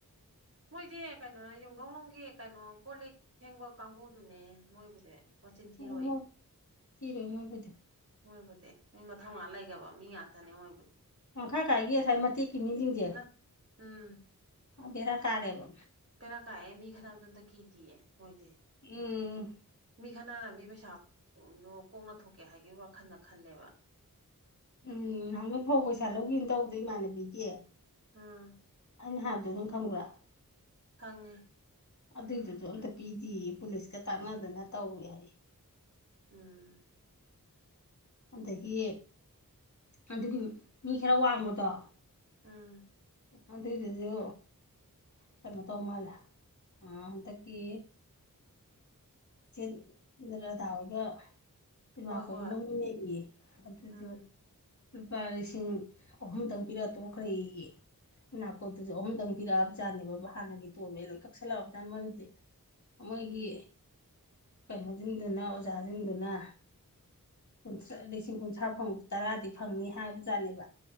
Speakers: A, on the right (about 40°); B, on the left (about 55°).
A: ꯃꯣꯏꯗꯤ ꯀꯩꯅꯣꯅꯦ ꯌꯨꯝꯊꯧꯅꯨꯡꯒꯤ ꯀꯩꯅꯣ ꯀꯣ ꯂꯤꯛ ꯐꯦꯡꯒꯠ ꯀꯥꯡꯒꯨꯗꯨꯅꯦ ꯃꯣꯏꯕꯨꯗꯤ ꯃꯆꯤꯟ ꯊꯤꯔꯣꯏ
B: ꯑꯣ ꯊꯤꯔꯣꯏ ꯃꯣꯏꯕꯨꯗꯤ
A: ꯃꯣꯏꯕꯨꯗꯤ ꯅꯣꯏ ꯃꯊꯧꯅꯥ ꯂꯩꯒꯔꯥꯕ ꯃꯤ ꯉꯥꯛ ꯊꯅ ꯃꯣꯏꯕꯨꯗꯤ
B: ꯃꯈꯥ ꯀꯥꯏꯒꯤ ꯑꯁꯥꯏꯒꯤ ꯃꯇꯦꯛꯀꯤ ꯃꯤꯁꯤꯡꯁꯦ
A: ꯅꯠ ꯎꯝ
B: ꯕꯦꯔꯥ ꯀꯥꯔꯦꯕ
A: ꯄꯦꯔꯥ ꯀꯥꯏꯑꯌꯦ ꯃꯤ ꯈꯠꯅꯕꯗ ꯑꯃꯇꯥ ꯀꯗꯤꯌꯦ ꯃꯣꯏꯗꯤ
B: ꯎꯝ
A: ꯃꯤ ꯈꯅꯥꯔꯝꯅꯤ ꯃꯤ ꯄꯩꯁꯥꯗꯣ ꯀꯣꯛꯅ ꯊꯣꯛꯀꯦ ꯍꯥꯏꯕꯒꯤ ꯋꯥꯈꯜꯗ ꯈꯜꯂꯦꯕ
B: ꯎꯝ ꯍꯗꯛ ꯐꯧ ꯄꯩꯁꯥ ꯂꯧꯒꯦꯅ ꯇꯧꯕꯗꯣ ꯏꯃꯥꯟꯅꯕꯤꯒꯤ
A: ꯑꯝ
B: ꯑꯩꯅ ꯍꯥꯏꯕꯗꯣ ꯑꯗꯨꯝ ꯈꯪꯕ꯭ꯔꯥ
A: ꯈꯉꯦ
B: ꯑꯗꯨꯏꯗꯨꯁꯨ ꯑꯝꯇ ꯄꯤꯗꯤꯌꯦ ꯄꯨꯂꯤꯁꯀ ꯇꯥꯛꯅꯗꯅ ꯇꯧꯋꯤ ꯍꯥꯏ
A: ꯎꯝ
B: ꯑꯗꯒꯤ ꯑꯗꯨꯒꯤ ꯃꯤ ꯈꯔ ꯋꯥꯡꯕꯗꯣ
A: ꯎꯝ
B: ꯑꯗꯨꯏꯗꯨꯁꯨ ꯀꯩꯅꯣ ꯇꯧ ꯃꯥꯜꯂꯦ ꯑ ꯍꯟꯗꯛꯀꯤ ꯆꯦ ꯔꯗꯥ ꯍꯣꯏꯒ ꯅꯥꯀꯣꯝꯗ
A: ꯍꯣꯏ ꯍꯣꯏ
B: ꯃꯟꯅꯔꯤꯌꯦ ꯑꯗꯨꯁꯨ
A: ꯎꯝ
B: ꯂꯨꯄꯥ ꯂꯤꯁꯤꯡ ꯑꯍꯨꯝꯇꯪ ꯄꯤꯔꯛ ꯇꯣꯛꯈ꯭ꯔꯦꯌꯦ ꯅꯥꯀꯣꯠꯇꯗꯨꯨꯁꯨ ꯑꯍꯨꯝꯗꯪ ꯄꯤꯛꯑꯕꯖꯥꯠꯅꯦꯕ ꯍꯥꯟꯅꯒꯤ ꯇꯣꯝꯃꯦ ꯂꯣꯏ ꯀꯛꯁꯜꯂꯛꯑꯗꯥꯅ ꯃꯣꯏꯒꯤꯗꯤ ꯃꯣꯏꯒꯤ
A: ꯎꯝ
B: ꯀꯩꯅꯣꯁꯤꯡꯗꯨꯅ ꯑꯣꯖꯥꯁꯤꯡꯗꯨꯅ ꯥ ꯂꯤꯁꯤꯡ ꯀꯨꯟꯊ꯭ꯔꯥ ꯐꯪꯕ ꯇꯔꯥꯗꯤ ꯐꯪꯅꯤ ꯍꯥꯏꯕꯖꯥꯠꯅꯦꯕ